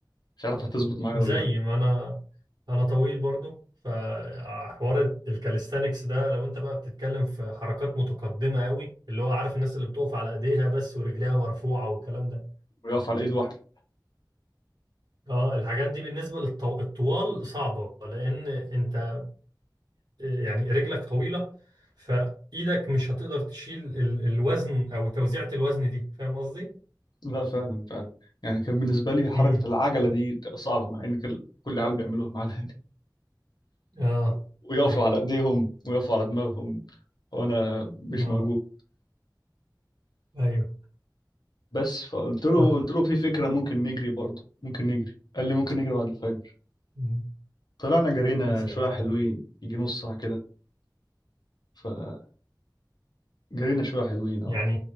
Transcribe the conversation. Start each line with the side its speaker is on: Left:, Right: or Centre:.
Left: مش عارف هتظبط معايا
Right: زي
Left: ولا لا
Right: ما انا انا طويل برضو فحوار الكاليستانكس ده لو انت بقى بتتكلم في حركات متقدمة قوي اللي هو عارف الناس اللي بتقف على ايديها بس ورجليها مرفوعة والكلام ده
Left: ويقف على ايد واحده
Right: اه الحاجات دي بالنسبة للطوال صعبة لان انت آه، يعني رجلك طويلة فايدك مش هتقدر تشيل ال- الوزن او توزيعة الوزن دي فاهم قصدي؟
Left: لا فعلا فعلا يعني كان بالنسبه لي حركه
Right: امم
Left: العجله دي صعبه مع ان كل كل العيال بيعملوها معانا
Right: اه
Left: <laughs> ويقفوا
Right: ايوه
Left: على ايديهم ويقفوا على دماغهم وانا مش
Right: اه
Left: موجود
Right: ايوه
Left: بس فقلت له
Right: صح
Left: قلت له في فكره ممكن نجري برضه ممكن نجري قال لي ممكن نجري بعد الفجر
Right: مم.
Left: طلعنا جرينا
Right: يا سلام
Left: شويه حلوين يجي نص ساعه كده جرينا شوية حلوين اه
Right: يعني